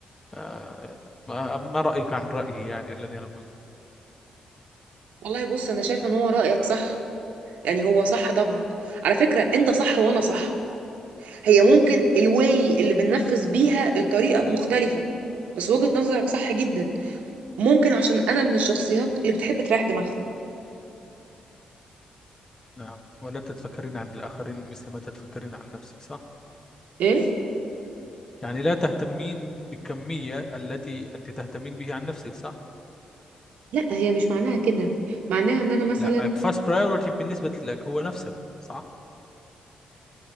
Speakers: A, on the left; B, on the right.
A: آه، ما رأيك عن رأيي يعني الذي أنا قلت
B: والله بص انا شايفه ان هو رايك صح يعني هو صح طبعا على فكرة انت صح وانا صح هي ممكن الواي اللي بننفذ بيها الطريقة مختلفة بس وجهة نظرك صح جدا ممكن عشان انا من الشخصيات اللي بتحب تريح دماغها
A: نعم ولا تتفكرين عن الآخرين مثل ما تتفكرين عن نفسك صح
B: ايه
A: يعني لا تهتمين بالكمية التي أنت تهتمين بها عن نفسك صح
B: لا هي مش معناها كده معناها ان انا مثلا
A: لا first priority بالنسبة لك هو نفسك صح